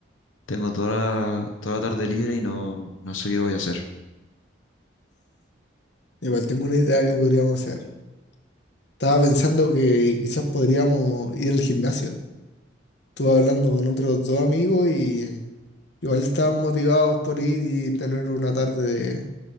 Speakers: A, on the left; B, on the left.
A: tengo toda la, toda la tarde libre y no, no sé qué voy a hacer.
B: Igual tengo una idea que podríamos hacer. Estaba pensando que quizás podríamos ir al gimnasio. Estuve hablando con otros dos amigos y igual estaban motivados por ir y tener una tarde de